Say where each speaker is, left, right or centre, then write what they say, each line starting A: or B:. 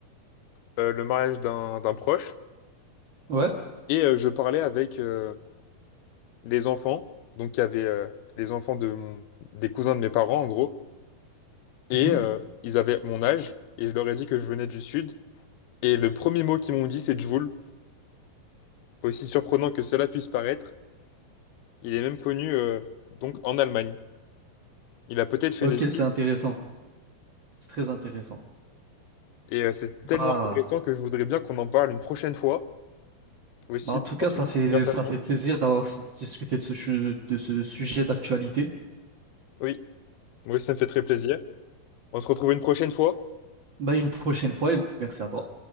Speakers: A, on the left (about 85°); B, on the right (about 60°).
A: le mariage d'un d'un proche,
B: Ouais.
A: et euh, je parlais avec euh, les enfants, donc il y avait euh, les enfants de mon- des cousins de mes parents en gros, et
B: Mhm.
A: euh, ils avaient mon âge, et je leur ai dit que je venais du Sud, et le premier mot qu'ils m'ont dit c'est Jvoul, aussi surprenant que cela puisse paraître, il est même connu euh, donc en Allemagne. Il a peut-être fait
B: Ok,
A: des
B: c'est
A: films
B: intéressant. C'est très intéressant.
A: et euh, c'est tellement
B: Bah.
A: intéressant que je voudrais bien qu'on en parle une prochaine fois aussi
B: Bah, en tout
A: pour
B: cas,
A: continuer
B: ça fait,
A: la conversation.
B: ça fait plaisir d'avoir s- discuté de ce, chu- de ce sujet d'actualité.
A: Oui, moi aussi ça me fait très plaisir. On se retrouve une prochaine fois.
B: Bah, une prochaine fois et merci à toi.